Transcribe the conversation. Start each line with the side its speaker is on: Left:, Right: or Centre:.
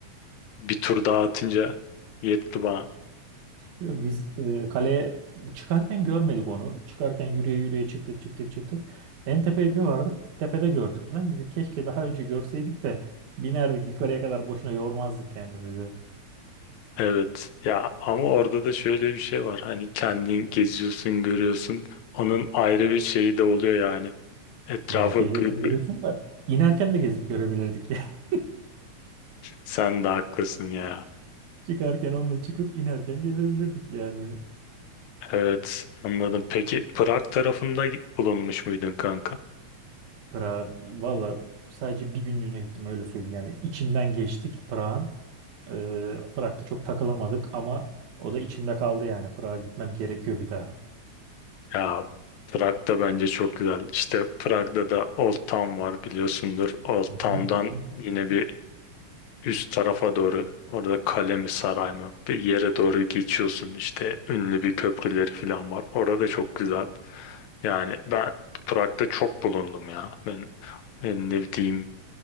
Left: bir tur daha atınca yetti bana.
Right: Ya Biz e, kaleye çıkarken görmedik onu. Çıkarken yürüye yürüye çıktık çıktık çıktık. En tepeye bir vardık. Tepede gördük. Lan dedik keşke daha önce görseydik de binerdik yukarıya kadar boşuna yormazdık kendimizi.
Left: Evet ya ama orada da şöyle bir şey var hani kendin geziyorsun görüyorsun onun ayrı bir şeyi de oluyor yani etrafı
Right: Ya geliyorsun
Left: gri.
Right: görüyorsun da inerken de gezip görebilirdik ya. <laughs>
Left: sen de haklısın ya
Right: Çıkarken onunla çıkıp inerken gezebilirdik yani.
Left: evet anladım peki Prag tarafında bulunmuş muydun kanka
Right: Prag valla sadece bir günlüğüne gittim öyle söyleyeyim yani. içinden geçtik Prag'ın. Ee, Prag'da çok takılamadık ama o da içimde kaldı yani. Prag'a gitmem gerekiyor bir daha.
Left: ya Prag da bence çok güzel İşte Prag'da da Old Town var biliyorsundur Old
Right: Hı
Left: Town'dan
Right: hı, hı hı,
Left: yine bir üst tarafa doğru orada kale mi saray mı bir yere doğru geçiyorsun işte ünlü bir köprüleri falan var orada da çok güzel Yani ben Prag'da çok bulundum ya. Ben e, ne diyeyim